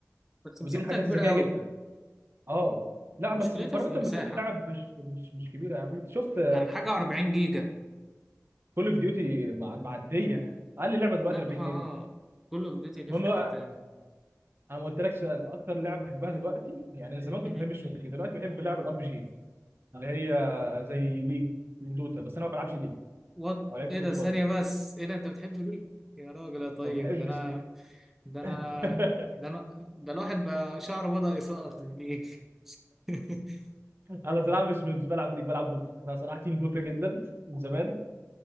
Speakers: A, in the centre; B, on the right (about 45°).
A: بس مساحتها
B: ودي من الحاجات
A: كبيرة
B: الذكيه
A: قوي
B: جدا اه لا بس
A: مشكلتها
B: مقارنه
A: في المساحة
B: ببقيه اللعب مش مش مش كبيره يا عم انت شفت
A: يعني حاجة 40 جيجا
B: كول اوف ديوتي مع معديه اقل لعبه دلوقتي
A: لا
B: 40
A: ها
B: جيجا
A: ها كل فيديوتي دي
B: المهم
A: في
B: بقى
A: حتة تاني
B: انا ما قلتلكش اكتر لعبه بحبها دلوقتي يعني انا زمان كنت
A: مم.
B: بحب الشوتنج دلوقتي بحب لعب الار بي جي اللي هي زي ليج ودوتا بس انا ما بلعبش ليج
A: وات
B: ما بلعبش
A: ايه
B: ليج
A: ده ثانية
B: خالص
A: بس ايه ده انت بتحب ليه يا راجل يا طيب
B: او ما بحبش
A: ده انا
B: ليج
A: ده انا
B: <laughs>
A: ده انا ده الواحد بقى شعره بدأ يسقط من ايه <laughs>
B: انا صراحه مش مش بلعب ليك بلعب دوتا انا صراحه تيم دوتا جدا من زمان